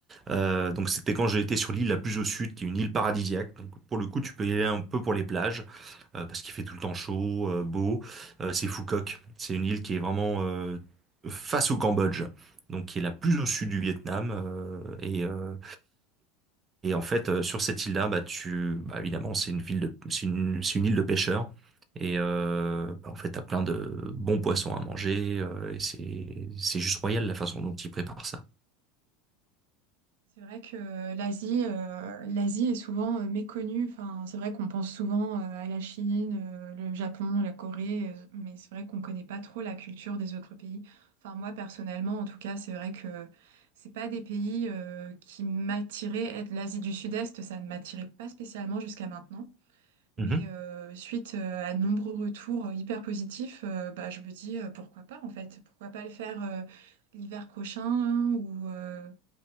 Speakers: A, on the right; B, on the right.
A: Euh, donc c'était quand j'ai été sur l'île la plus au sud, qui est une île paradisiaque. Donc pour le coup, tu peux y aller un peu pour les plages euh, parce qu'il fait tout le temps chaud, euh, beau. Euh, c'est Phuket, c'est une île qui est vraiment euh, face au Cambodge. Donc qui est la plus au sud du Vietnam euh, et euh, et en fait, euh, sur cette île-là, bah tu, bah évidemment, c'est une ville de, c'est une, c'est une île de pêcheurs. Et euh, bah, en fait, t'as plein de bons poissons à manger. euh, et c'est, c'est juste royal la façon dont ils préparent ça.
B: C'est vrai que euh, l'Asie, euh, l'Asie est souvent euh, méconnue. Enfin, c'est vrai qu'on pense souvent euh, à la Chine, euh, le Japon, la Corée, euh, mais c'est vrai qu'on connaît pas trop la culture des autres pays. Enfin, moi personnellement, en tout cas, c'est vrai que c'est pas des pays euh, qui m'attiraient. Être L'Asie du Sud-Est, ça ne m'attirait pas spécialement jusqu'à maintenant. Mais
A: Mhm.
B: euh, suite euh, à de nombreux retours hyper positifs, euh, bah, je me dis euh, pourquoi pas en fait, pourquoi pas le faire euh, l'hiver prochain hein, ou euh,